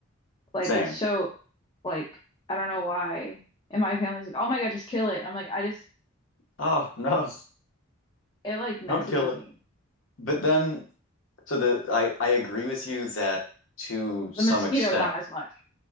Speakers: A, on the left; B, on the left.
A: Like
B: same.
A: it's so like I don't know why. And my family's like, "Oh my God, just kill it." And I'm like, I just
B: Oh, <laughs> no.
A: it like messes
B: Don't kill
A: with
B: it.
A: me.
B: But then, so the I I agree with you that to some
A: The mosquito,
B: extent,
A: not as much.